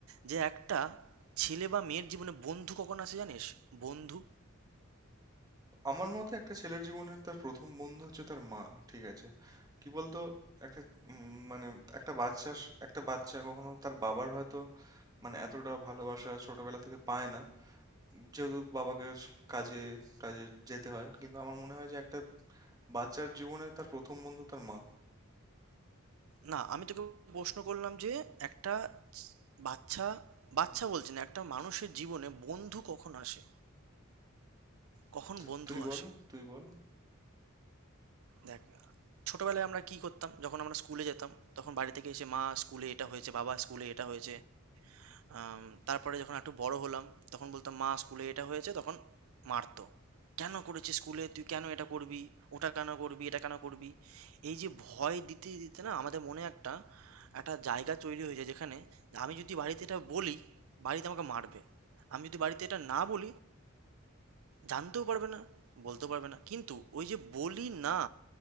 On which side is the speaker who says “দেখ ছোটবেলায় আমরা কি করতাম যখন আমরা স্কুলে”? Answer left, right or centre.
Right